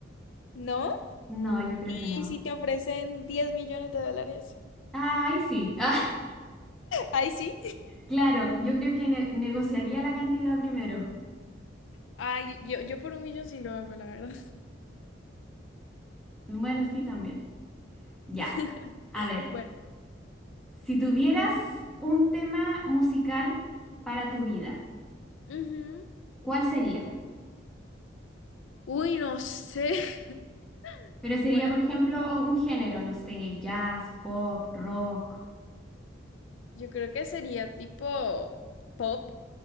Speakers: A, on the left; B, in the centre.
A: ¿No?
B: No, yo creo
A: ¿Y
B: que no.
A: si te ofrecen 10 millones de dólares?
B: Ah, ahí sí. <laughs> Ah,
A: <laughs> Ahí sí.
B: claro, yo creo que ne- negociaría la cantidad primero.
A: Ay, yo, yo por un millón sí lo hago, la verdad.
B: Bueno, sí, también. Ya.
A: <laughs>
B: A ver,
A: Bueno.
B: si tuvieras un tema musical para tu vida.
A: Ujú.
B: ¿Cuál sería?
A: Uy, no sé. <laughs>
B: Pero
A: Buena.
B: sería, por ejemplo, un género, no sé, jazz, pop, rock.
A: Yo creo que sería tipo pop